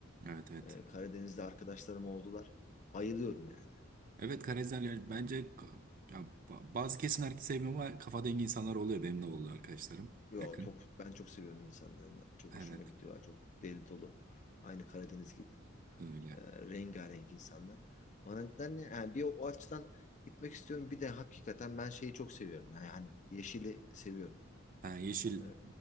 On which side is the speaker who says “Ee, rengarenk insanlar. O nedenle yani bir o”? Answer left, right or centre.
Left